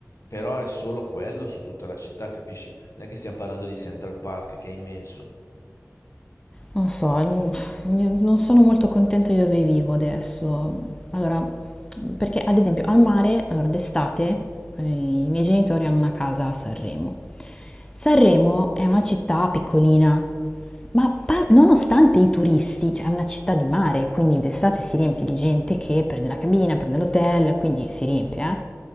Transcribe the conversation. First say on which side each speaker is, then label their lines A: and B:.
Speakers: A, on the left; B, on the left.
A: però è solo quello su tutta la città, capisci? Non è che stiamo parlando di Central Park che è immenso.
B: Non so, n- non sono molto contenta di dove vivo adesso. Allora, perché ad esempio al mare, allora d'estate, eh, i miei genitori hanno una casa a Sanremo. Sanremo è una città piccolina, ma par- nonostante i turisti, cioè è una città di mare, quindi d'estate si riempie di gente che prende la cabina, prende l'hotel, quindi si riempie, eh.